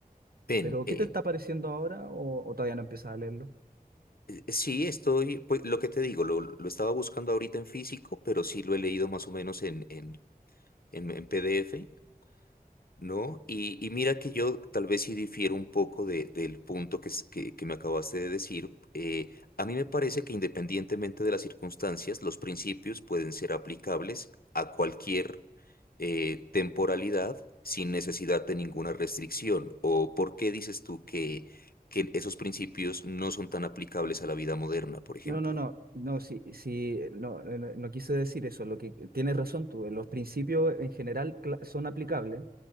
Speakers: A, on the left (about 75°); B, on the right (about 80°).
A: Ven,
B: Pero,
A: eh,
B: ¿qué te está pareciendo ahora o, o todavía no empiezas a leerlo?
A: eh, eh, sí, estoy, pues lo que te digo, lo, lo estaba buscando ahorita en físico, pero sí lo he leído más o menos en, en, en en PDF. ¿no? Y, y mira que yo tal vez sí difiero un poco de- del punto que, es- que, que me acabaste de decir. Eh, a mí me parece que independientemente de las circunstancias, los principios pueden ser aplicables a cualquier eh, temporalidad sin necesidad de ninguna restricción. ¿O por qué dices tú que, que esos principios no son tan aplicables a la vida moderna, por ejemplo?
B: No, no, no, no, sí, sí, no, no, no quise decir eso, lo que tienes razón tú, los principios en general cla- son aplicables,